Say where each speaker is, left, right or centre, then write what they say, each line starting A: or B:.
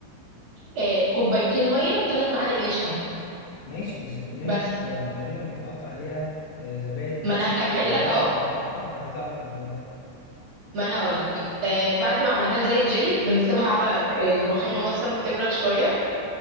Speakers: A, on the right; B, on the left.
A: آه كوبايتين مية وثلاث معالق نشا
B: ماشي بس التوميه
A: بس
B: دي بتبقى- تقريبا بيتحط عليها آه، زبادي دي
A: ما أنا
B: بيتحط
A: هكمل
B: عليها
A: لك أهو
B: مكونات اه عايز اعرف المكونات
A: ما أنا هقول لك آه بعد ما عملناها زي الجيلي بنسيبها على آه، الرخامة مثلا بتبرد شوية